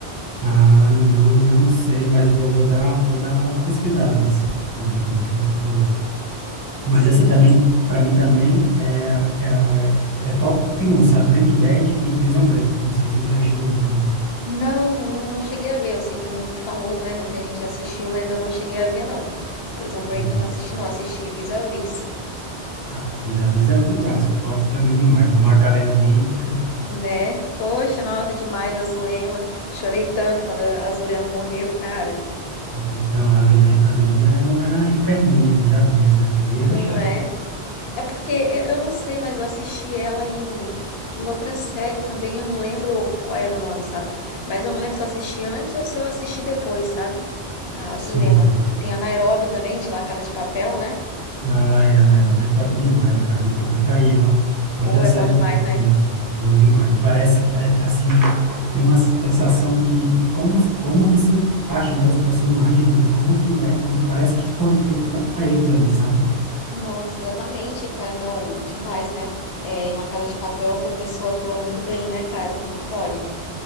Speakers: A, on the right; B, on the left.
A: Ah, não, não sei, mas eu vou dar, vou dar uma pesquisada nesse contra todos que você falou. Mas
B: Sim.
A: assim também, para mim também é, é, é top 1, sabe? Breaking Bad e Prison Break. Não sei se você já chegou a ver também.
B: Não, não, não cheguei a ver. Eu sei que é muito famoso, né? Muita gente já assistiu, mas eu não cheguei a ver, não. Prison Break
A: E
B: eu não assisti, não. Assisti Vis-a-Vis,
A: a Vis a Vis é outro clássico, top também demais. A Macarena ali,
B: né? Poxa, nossa, demais, a Zulema. Chorei tanto quando a a Zulema morreu, cara.
A: então, a Azulema, Azulema é uma inferninha, um diabinho, né? Que ali
B: Não
A: era chato.
B: é? É porque eu eu não sei, mas eu assisti ela em, em outra série também. Eu não lembro qual era o nome, sabe? Mas eu não lembro se eu assisti antes ou se eu assisti depois, sabe? A
A: Sim.
B: Zulema. E tem a Nairobi também, de La Casa de Papel, né?
A: Ah, é, a Nairobi é top demais. La Casa de Papel tá aí, ó. Outra
B: Pô, é
A: série
B: bom demais, né?
A: bom demais. Parece que, a- assim, tem uma sensação que como, como que se encaixa, né, os personagens ali, como que, né, como parece que foram feitos para eles ali, sabe?
B: Nossa, exatamente, cara. Não, demais, né? É, em La Casa de Papel, o professor atua muito bem, né, cara? Como que pode?